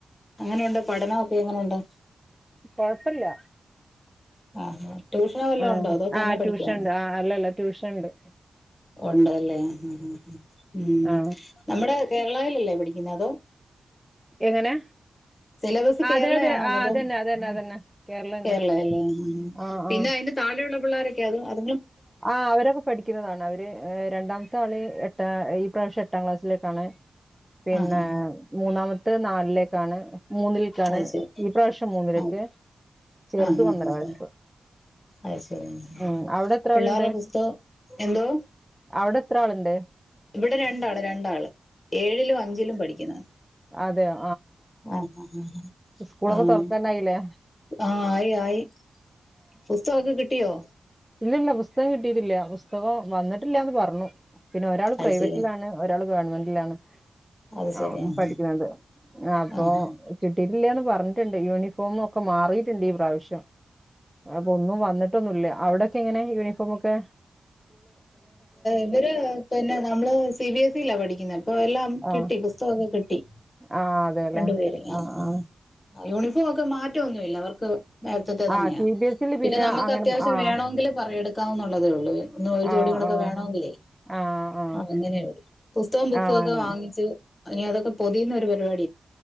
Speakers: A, on the left (about 30°); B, in the centre.
A: എങ്ങനുണ്ട് പഠനോക്കെ എങ്ങനുണ്ട്
B: കൊഴപ്പില്ല
A: ആഹാ ട്യൂഷനോ വല്ല
B: ആ
A: ഉണ്ടോ അതോ തന്നെ
B: ആ
A: പഠിക്കുവാണോ
B: ട്യൂഷൻ ഉണ്ട് ആ അല്ലല്ല ട്യൂഷൻ ഉണ്ട്
A: ഉണ്ടല്ലേ ആഹ് ഉം
B: ആ
A: നമ്മടെ കേരളയിൽ അല്ലെ പഠിക്കുന്നത് അതോ
B: എങ്ങനെ
A: സിലബസ് കേരളയാണോന്ന്
B: അതെ അതെ ആ
A: അതോ
B: അതന്നെ അതന്നെ അതന്നെ കേരള തന്നെ
A: കേരളല്ലേ ആഹ് ആഹ്
B: ആ
A: പിന്നെ
B: ആ
A: അതിന്റെ താഴെയുള്ള പിള്ളാരൊക്കെ അതും
B: ആ അവരൊക്കെ പഠിക്കുന്നതാണ് അവര് രണ്ടാം ത്താള് എട്ടാ ഈ പ്രാവശ്യം എട്ടാം ക്ലാസ്സിലേക്കാണ് പിന്നെ
A: ആഹാ ആഹാ
B: മൂന്നാമ ത്ത് നാലിലേക്കാണ് മൂന്നിലേക്കാണ്
A: അത് ശരി
B: ഈ പ്രാവശ്യം മൂന്നിലേക്ക്
A: ആ
B: ചെറുത്
A: ആഹ് ആഹ്
B: ഒന്നര വയസ്
A: ആഹ് അത് ശരി
B: ഉം അവിടെ
A: പിള്ളേരുടെ
B: ആളുണ്ട്
A: പുസ്ത എന്തോ
B: അവിടെ എത്ര ആളുണ്ട്
A: ഇവിടെ രണ്ടാള് രണ്ടാള് ഏഴിലും അഞ്ചിലും പഠിക്കും <unintelligible>
B: അതെയൊ
A: ആ അഹ്
B: സ്കൂളൊക്കെ
A: ആഹ്
B: തുറക്കാനായില്ലേ
A: ആഹ് ആയി ആയി പുസ്തകൊക്കെ കിട്ടിയോ
B: ഇല്ലില്ല പുസ്തകം കിട്ടിട്ടില്ല പുസ്തകം വന്നിട്ടില്ലന്ന് പറഞ്ഞു പിന്നെ ഒരാൾ
A: അത്
B: പ്രൈവറ്റിലാണ്
A: ശരി
B: ഒരാൾ ഗവൺമെന്റിലാണ്
A: അത്
B: ആ
A: ശരി ആഹ്
B: പഠിക്കുന്നത് അപ്പൊ
A: ആഹ്
B: കിട്ടിട്ടില്ലന്ന് പറഞ്ഞു ണ്ട് യൂണിഫോമൊക്കെ മാറിട്ടുണ്ട് ഈ പ്രാവശ്യം അപ്പ ഒന്നും വന്നിട്ടൊന്നുല്ല അവിടെ എങ്ങനെ യൂണിഫോം ഒക്കെ
A: ഇവര് പിന്നെ നമ്മള് സി ബി എസ് ഇ ലാ പഠിക്കുന്നത് അപ്പൊ എല്ലാം
B: ആഹ്
A: കിട്ടി പുസ്തം ഒക്കെ കിട്ടി
B: ആഹ് അതെല്ലേ
A: രണ്ടുപേരെ ആ
B: ആഹ് ആഹ്
A: ആ യൂണിഫോം ഒക്കെ മാറ്റൊന്നുമില്ല അവർക്ക് നേർത്തത്തെ തന്നെയാ
B: ആഹ് സി ബി എസ് ഇല്
A: പിന്നെ നമുക്ക്
B: അങ്ങനെ
A: അത്യാവശ്യം
B: ആഹ്
A: വേണമെങ്കിൽ പറ എടുക്കാം എന്നുള്ളതേ ഉള്ളൂ നൊ ഒരു
B: ആഹ്
A: ജോടികൂടെക്കെ
B: ആഹ്
A: വേണോ ങ്കില്ലേ
B: ആഹ് ആഹ്
A: അങ്ങനെയള്ള പുസ്തകം ബുകൊക്കെ
B: ആഹ്
A: വാങ്ങിച്ച് ഇനി അതൊക്കെ പൊതിയുന്ന ഒരു പരിപാ